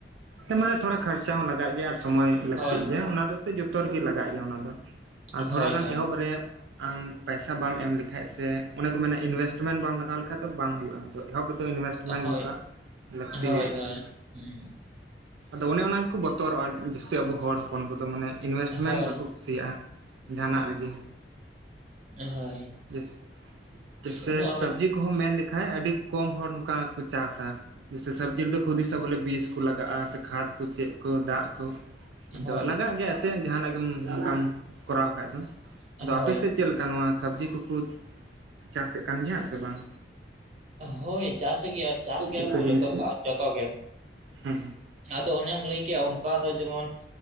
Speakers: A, on the right; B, on the right.
A: ᱦᱮᱸ ᱢᱟ ᱛᱷᱚᱲᱟ ᱠᱷᱟᱨᱪᱟ ᱦᱚᱸ ᱞᱟᱜᱟᱜ ᱜᱮᱭᱟ ᱟᱨ ᱥᱚᱢᱚᱭ ᱞᱟᱹᱠᱛᱤᱜ
B: ᱦᱳᱭ
A: ᱜᱮᱭᱟ ᱚᱱᱟ ᱫᱚ ᱡᱚᱛᱚ ᱨᱮᱜᱮ ᱞᱟᱜᱟᱜ ᱜᱮᱭᱟ, ᱚᱱᱟ ᱫᱚ ᱟᱨ
B: ᱦᱳᱭ
A: ᱛᱷᱚᱲᱟ ᱜᱟᱱ
B: ᱦᱳᱭ
A: ᱮᱦᱚᱵ ᱨᱮ ᱟᱢ ᱯᱟᱭᱥᱟ ᱵᱟᱢ ᱮᱢ ᱞᱮᱠᱷᱟᱡ ᱥᱮ ᱚᱱᱮ ᱠᱚ ᱢᱮᱱᱟ ᱤᱱᱵᱷᱮᱥᱴᱢᱮᱱᱴ ᱵᱟᱢ ᱞᱟᱜᱟᱣ ᱞᱮᱠᱷᱟᱡ ᱫᱚ ᱵᱟᱝ ᱦᱩᱭᱩᱜᱼᱟ᱾ ᱛᱚ, ᱮᱦᱚᱵ ᱨᱮᱫᱚ ᱤᱱᱵᱷᱮᱥᱴᱢᱮᱱᱴ
B: ᱦᱳᱭ
A: ᱱᱚᱝᱠᱟ ᱞᱟᱹᱠᱛᱤ
B: ᱦᱳᱭ
A: ᱦᱩᱭᱩᱜ
B: ᱦᱳᱭ
A: ᱜᱮᱭᱟ,
B: ᱦᱩᱸ
A: ᱟᱫᱚ ᱚᱱᱮ ᱚᱱᱟ ᱠᱚ ᱵᱚᱛᱚᱨᱚᱜᱼᱟ, ᱡᱟᱹᱥᱛᱤ ᱟᱵᱚ ᱦᱚᱲ ᱦᱚᱯᱚᱱ ᱠᱚᱫᱚ ᱢᱟᱱᱮ ᱞᱤᱱᱵᱷᱮᱥᱴᱢᱮᱱᱴ
B: ᱦᱳᱭ
A: ᱵᱟᱠᱚ ᱠᱩᱥᱤᱭᱟᱜᱼᱟ, ᱡᱟᱸᱦᱟᱱᱟᱜ
B: ᱦᱩᱸ
A: ᱨᱮᱜᱮ᱾
B: ᱦᱳᱭ
A: ᱡᱮᱥ, ‌ᱡᱮᱥᱮ
B: ᱩᱱᱟᱹᱜ ᱟᱨ
A: ᱥᱚᱵᱡᱤ ᱠᱚᱦᱚᱸ ᱢᱮᱱ ᱞᱮ ᱠᱷᱟᱡ ᱟᱹᱰᱤ ᱠᱚᱢ ᱦᱚᱲ ᱱᱚᱝᱠᱟ ᱠᱚ ᱪᱟᱥᱟ, ᱡᱮᱭᱥᱮ ᱥᱚᱵᱽᱡᱤ ᱨᱮᱫᱚ ᱠᱚ ᱦᱩᱫᱤᱥᱟ ᱵᱚᱞᱮ ᱵᱤᱥ ᱠᱚ ᱞᱟᱜᱟᱜᱼᱟ, ᱥᱮ ᱠᱷᱟᱫᱽ ᱠᱚ ᱪᱮᱫ ᱠᱚ ᱫᱟᱜ ᱠᱚ
B: ᱦᱳᱭ
A: ᱟᱫᱚ ᱞᱟᱜᱟᱜ ᱜᱮᱭᱟ᱾ ᱟᱛᱮᱱ ᱡᱟᱦᱟᱱᱟᱜ ᱜᱮᱢ ᱱᱚᱝᱠᱟᱢ ᱠᱚᱨᱟᱣ ᱠᱷᱟᱡ ᱫᱚ᱾ ᱟᱫᱚ
B: ᱦᱳᱭ
A: ᱟᱯᱮᱥᱮᱫ ᱪᱮᱫ ᱞᱮᱠᱟ ᱱᱚᱣᱟ ᱥᱚᱵᱽᱡᱤ ᱠᱚ? ᱠᱚ ᱪᱟᱥᱮᱫ ᱠᱟᱱ ᱜᱮᱭᱟ ᱥᱮ ᱵᱟᱝ?
B: ᱦᱳᱭ, ᱪᱟᱥᱮᱜ ᱜᱮᱭᱟ ᱪᱟᱥ ᱜᱮᱭᱟ
A: ᱩᱛᱩ
B: ᱠᱚ
A: ᱡᱤᱱᱤᱥ
B: ᱡᱚᱛᱚ ᱡᱚᱛᱚ ᱜᱮ᱾
A: ᱦᱮᱸ
B: ᱟᱫᱚ ᱚᱱᱮᱢ ᱞᱟᱹᱭ ᱠᱮᱜᱼᱟ ᱚᱱᱠᱟ ᱫᱚ ᱡᱮᱢᱚᱱ